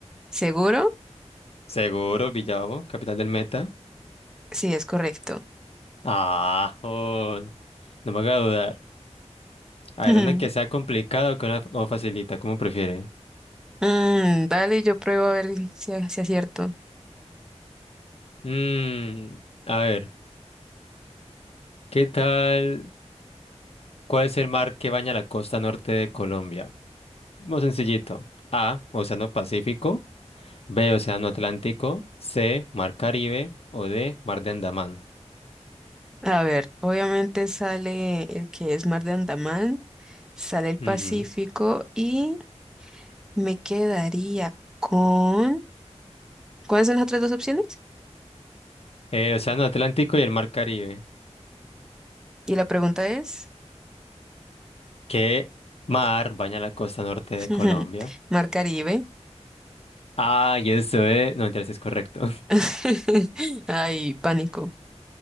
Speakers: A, in the centre; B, on the left.
A: ¿Seguro?
B: <laughs> Seguro, Villavo, capital del Meta.
A: Sí, es correcto.
B: Ah, jod. No me haga dudar. A
A: <laughs>
B: ver, una que sea complicada o que una f- o facilita, como prefiere.
A: Mm, dale, yo pruebo a ver si, a- si acierto.
B: Mmm, a ver, ¿qué tal? ¿Cuál es el mar que baña la costa norte de Colombia? Muy sencillito. A, Océano Pacífico. B, Océano Atlántico. C, Mar Caribe. O D, Mar de Andamán.
A: A ver, obviamente sale el que es Mar de Andaman, sale el Pacífico
B: Ujú.
A: y me quedaría con... ¿Cuáles son las otras dos opciones?
B: El Océano Atlántico y el Mar Caribe.
A: Y la pregunta es,
B: ¿Qué mar baña la costa norte
A: <laughs>
B: de Colombia?
A: Mar Caribe.
B: Ah, y eso es... No, entonces es correcto.
A: <laughs> Ay, pánico.